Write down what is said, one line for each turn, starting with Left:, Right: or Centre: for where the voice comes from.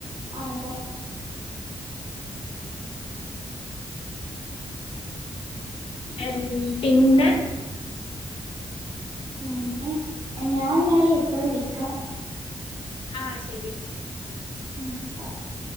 Right: അതെ
Left: എൻ പിന്നെ.
Right: ങും ഞാനെന്നാലെ ഇപ്പ വിളിക്കാം.
Left: ആഹ് ശരി.
Right: ഉം ഓക്കെ.